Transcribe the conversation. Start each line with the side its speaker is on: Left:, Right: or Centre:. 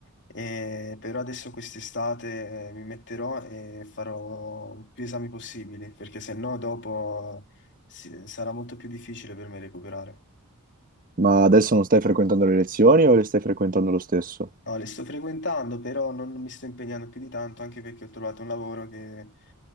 Left: e però adesso quest'estate eh, mi metterò e farò più esami possibili perché se no dopo eh, si- sarà molto più difficile per me recuperare.
Right: Ma adesso non stai frequentando le lezioni o le stai frequentando lo stesso?
Left: No, le sto frequentando, però non mi sto impegnando più di tanto, anche perché ho trovato un lavoro che